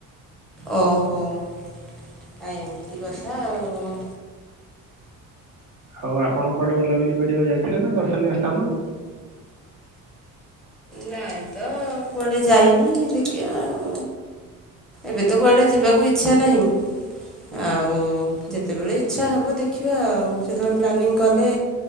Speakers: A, in the centre; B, on the right (about 60°).
A: ଓହୋ ଆ ଏମିତି କଥା ଆଉ।
B: ଆଉ ଆପଣ କୁଆଡେ ବୁଲାବୁଲି କରିବାକୁ ଯାଇଥିଲେ ନା ଦର୍ଶନୀୟ ସ୍ଥାନ। <inaudible>
A: ନାଇଁ ତ କୁଆଡେ ଯାଇନି ଦେଖିବା ଆଉ ଏବେ ତ କୁଆଡେ ଯିବାକୁ ଇଚ୍ଛା ନାହିଁ ଆଉ ଯେତେବେଳେ ଇଚ୍ଛା ହବ ଦେଖ ଦେଖିବା ଆଉ ସେତେବେଳେ ପ୍ଲାନିଂ କଲେ